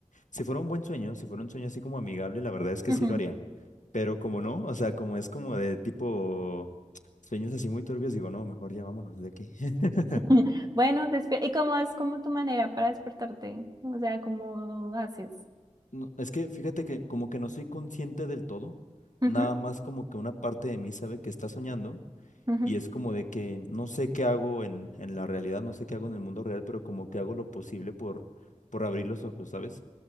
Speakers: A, on the left (about 85°); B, on the right (about 30°).
A: Si fuera un buen sueño, si fuera un sueño así como amigable, la verdad es que
B: Ujú.
A: sí lo haría. Pero como no, o sea, como es como de tipo sueños así muy turbios, digo, no, mejor ya vámonos de aquí. <laughs>
B: <laughs> Bueno, despi- ¿y cómo es como tu manera para despertarte? O sea, ¿cómo haces?
A: No, es que fíjate que como que no soy consciente del todo,
B: Ujú,
A: nada más como que una parte de mí sabe que está soñando
B: ujú.
A: y es como de que no sé qué hago en, en la realidad, no sé qué hago en el mundo real, pero como que hago lo posible por, por abrir los ojos, ¿sabes?